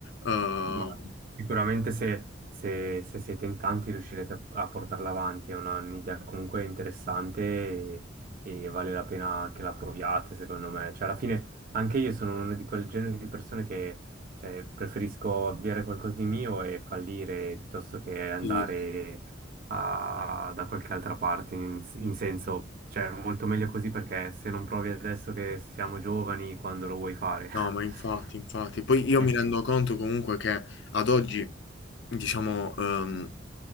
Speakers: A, on the left; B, on the right.
A: Ehm,
B: Ma sicuramente se, se- se siete in tanti riuscirete a a portarla avanti, è una- un'idea comunque interessante e, e vale la pena che la proviate, secondo me. Cioè, alla fine anche io sono uno di quel genere di persone che cioè, preferisco avviare qualcosa di mio e fallire piuttosto che andare
A: sì. sì.
B: a- da qualche altra parte, in, in senso, cioè, molto meglio così perché se non provi adesso che siamo giovani, quando lo vuoi fare?
A: No,
B: <laughs>
A: ma infatti, infatti. Poi io
B: Hai
A: mi
B: in
A: rendo
B: mente.
A: conto comunque che ad oggi, diciamo, ehm,